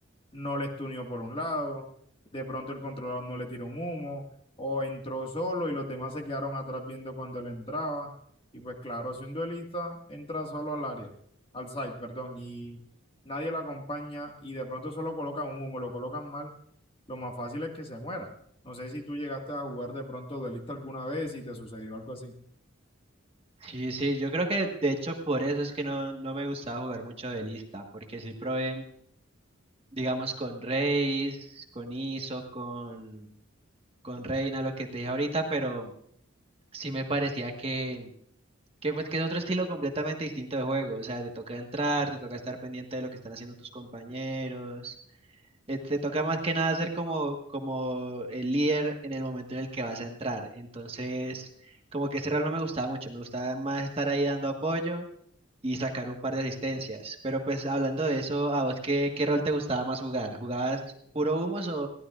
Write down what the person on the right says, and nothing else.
Sí, sí, yo creo que de hecho por eso es que no, no me gustaba jugar mucho de lista, porque sí probé, digamos, con Reis, con Iso, con, con Reina, lo que te dije ahorita, pero sí me parecía que Que pues que es otro estilo completamente distinto de juego, o sea, te toca entrar, te toca estar pendiente de lo que están haciendo tus compañeros, eh, te toca más que nada ser como, como el líder en el momento en el que vas a entrar. Entonces, como que ese rol no me gustaba mucho, me gustaba más estar ahí dando apoyo y sacar un par de asistencias. Pero pues hablando de eso, ¿a vos qué, qué rol te gustaba más jugar? ¿Jugabas puro humos o,